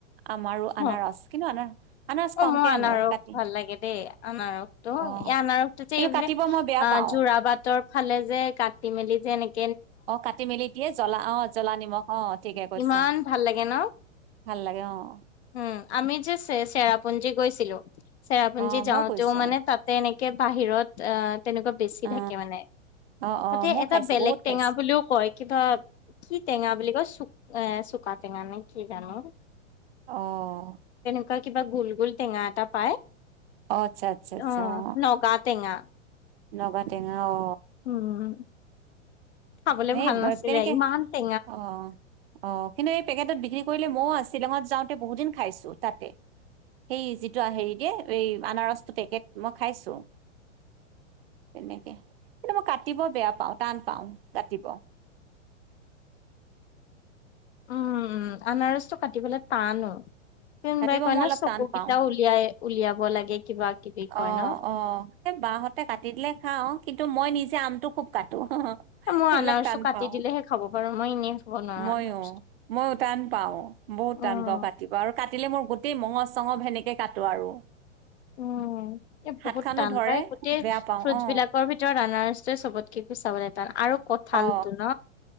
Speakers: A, on the right (about 50°); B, on the left (about 60°).
A: আম আৰু
B: হ'।
A: আনাৰাচ কিন্তু আনাৰ আনাৰস
B: অ,
A: কমকে
B: মোৰ আাৰস
A: আনো কাটি
B: ভাল লাগে দেই আনাৰসটো
A: অ
B: এই আনাৰসটো যে
A: কিন্তু
B: এইপিনে
A: কাটিব মই বেয়া
B: আ
A: পাওঁ
B: যোৰাবাটৰ ফালে যে কাটি মেলি যে এনেক
A: অ, কাটি মেলি দিয়ে জ্বলা অ, জ্বলা নিমখ অ, ঠিকে কৈছা।
B: ইমান ভাল লাগে ন
A: ভাল লাগে অঁ।
B: উম, আমি যে চে চেৰাপুঞ্জী গৈছিলো চেৰাপুঞ্জী
A: অ
B: যাওঁতেও
A: মইও গৈছো
B: মানে তাতে এনে বাহিৰত অ তেনেকুৱা বেছি
A: অ
B: থাকে মানে।
A: অ অ
B: তাতে
A: মইও
B: এটা
A: খাইছো
B: বেলেগ
A: বহুত খাইছো
B: টেঙা বুলিও কয় কিবা কি টেঙা বুলি কয় চু এহ চোকা টেঙা নে কি জানো?
A: অঁ।
B: আৰু কিবা গোল গোল টেঙা এটা পাই,
A: অ আচ্ছা আচ্ছা আচ্ছা
B: অণ
A: অ
B: নগা টেঙা।
A: নগা টেঙা অ
B: উম খাবলে
A: এই
B: ভাল নাছিলে
A: তেনেকে
B: ইমান টে
A: অ, অ কিন্তু এই পেকেটত বিক্ৰী কৰিলে মইও আছ শ্বিলঙত যাওঁতে বহুত দিন খাইছোঁ তাতে সেই যিটো হেৰি দিয়ে এই আনাৰসটো পেকেট মই খাইছোঁ। তেনেকে কিন্তু মই কাটিব বেয়া পাও টান পাও কাটিব
B: উম উম আনাৰসটো কাটিবলে টানো। কোনোবাই
A: কাটিব
B: কয়
A: মই
B: ন
A: অলপ
B: চকু
A: টান
B: কেইটা
A: পাওঁ
B: উলিয়াই উলিয়াব লাগে। কিবা কিবি
A: অ
B: কয় ন
A: অ সে বা হঁতে কাটি দিলে খাওঁ কিন্তু মই নিজে আমটো খুব কাটি
B: মই
A: সেইবিলাক
B: আনাৰসটো
A: টান
B: কাটি
A: পাও,
B: দিলেহে খাব পাৰো মই এনেই খাব নোৱাৰো
A: ময়ো
B: আনাৰস
A: ময়ো টান পাও বহুত
B: উম
A: টান পাও কাটিব আৰু কাটিলে মোৰ গোটেই মঙজ চঙহ সেনেকে কাটো আৰু।
B: উম এ বহুত
A: হাত খানো
B: টান
A: ধৰে
B: পাই গোটেই
A: বেয়া পাওঁ
B: ফ্ৰুটছবিলাকৰ
A: অ
B: ভিতৰত অনাৰস চবতকে চাবলে তান আৰু কঁঠালটো
A: অ
B: ন